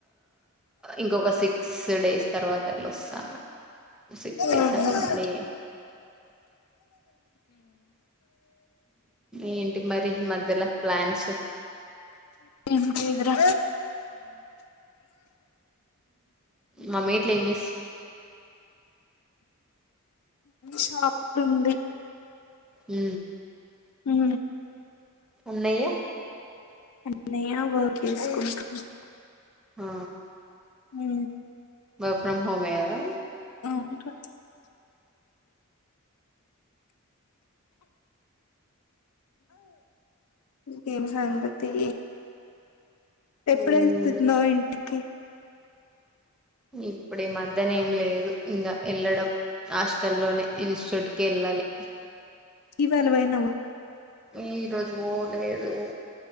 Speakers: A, in the centre; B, on the left.
A: ఇంకొక సిక్స్ డేస్ తర్వాత అట్లా వస్తా అన్నది సిక్స్
B: ఉహు
A: డేస్ అట్లా ఉండి ఏంటి మరి మధ్యల ప్లాన్స్
B: ఏం లేదురా
A: మామ్మ ఇట్లు ఏం మస్
B: షాప్లో ఉంది
A: ఉ
B: ఉ
A: అన్నయ్య
B: అన్నయా వర్క్ చేసుకుంటుడు
A: ఆ
B: హ
A: వర్క్ ఫ్రమ్ హోమే కదా
B: అవును రా ఇంకేం సంగతి ఎప్పుడు
A: ఉమ్,
B: వెల్తుతున్నావ్ ఇంటికి
A: ఇప్పుడు ఈ మద్దన ఏం లేదు ఇంకా వెళ్ళడం హాస్టల్లోనే ఇన్స్టిట్యూట్ కెళ్ళాలి
B: ఇవాళ పోయినవా
A: ఈ రోజు పోలేదు